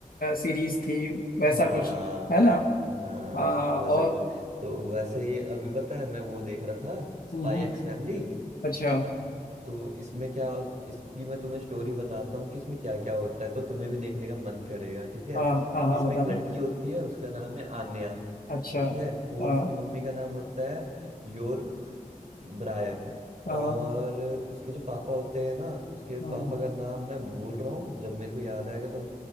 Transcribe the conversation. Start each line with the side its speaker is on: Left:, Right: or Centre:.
Left: सीरीज थी वैसा
Right: हाँ
Left: कुछ है ना
Right: हाँ
Left: आ, और
Right: वैसा कुछ तो वैसे ही अभी पता है मैं वो देख रहा था स्पाई
Left: हम्म, हम्म,
Right: एक्स फैमिली
Left: अच्छा
Right: तो इसमें क्या इसकी मैं तुम्हें स्टोरी बताता हूँ कि इसमें क्या क्या होता है तो तुम्हें भी देखने का मन करेगा ठीक है
Left: हाँ हाँ हाँ
Right: इसमें
Left: बताना
Right: एक लड़की होती है उसका नाम है आन्या
Left: अच्छा
Right: ठीक है और
Left: हाँ
Right: उसकी मम्मी का नाम होता है योर ब्रायर
Left: हाँ
Right: और उसके जो पापा होते हैं ना उसके
Left: हम्म,
Right: पापा का नाम मैं भूल रहा हूँ जब मेरे को याद आएगा तो